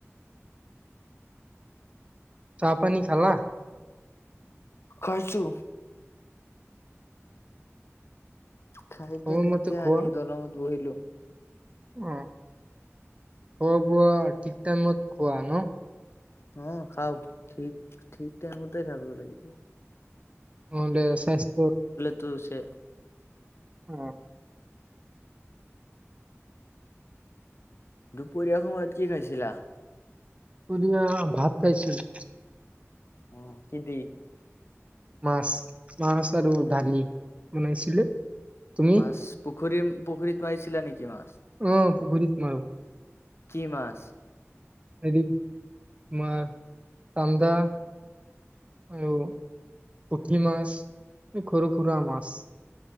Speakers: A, on the right (about 25°); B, on the left (about 55°).
A: চাহ পানী খালালা
B: খৰ্ছো খাই
A: সময়মতে
B: কেনে এতিয়া
A: খোৱা
B: আহি দলঙত বহিলো
A: অ খোৱা বোৱা ঠিক টাইমত খোৱা ন
B: অ খাও ঠিক-ঠিক টাইমতেই খাব লাগিব।
A: অলে সংস্ক
B: ইটো হৈছে
A: অ।
B: দুপৰীয়া সমত কি খাইছিলা।
A: পুডিং আৰু ভাত খাইছিলোঁ।
B: অ', কি দি।
A: মাছ মাছ আৰু
B: অ
A: ডালি বনাইছিলে। তুমি
B: মাছ পু পুখুৰীম-পুখুৰীত মাৰিছিলা, নেকি মা
A: অ', পুখুৰীত মাৰো।
B: কি মাছ।
A: হেৰি, তোমাৰ চান্দা আৰু পুঠি মাছ, সৰু-সুৰা মাছ